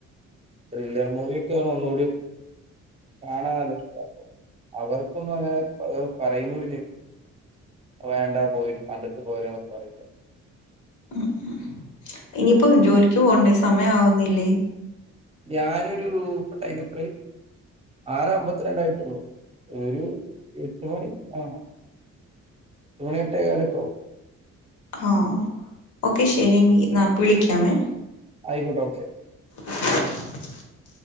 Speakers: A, on the right; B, on the left.
A: ത്രില്ലർ മൂവിയ ഒക്കെ ആണെ ഒന്നു കൂടി കാണാൻ നല്ല ഇഷ്ട അപ്പൊ അവർക്കൊന്നും അങ്ങനെ പ്പത് പറയുമ്പോ പിന്നെ അത് വേണ്ടാ പോയി കണ്ടിട്ട് പോരാന്നൊന്നും പറയില്ല
B: ഉം ഉം ഇനിയിപ്പോ ജോലിക്ക് പോകണ്ടേ സമയം ആവുന്നില്ലേ?
A: ഞാനൊരു ഇപ്പ ടൈമെത്രായ് ആറെ അമ്പത്തിരണ്ടായിട്ടേള്ളൂ. ഒരു എട്ട് മണി ആ എട്ട് മണി എട്ടേ കാലൊക്കെ ആകും
B: ആഹ് ഓക്കെ ശരി എങ്കി എന്നാ ഇപ്പ വിളിക്കാമേ
A: ആയിക്കോട്ടെ ഓക്കെ
B: <unintelligible>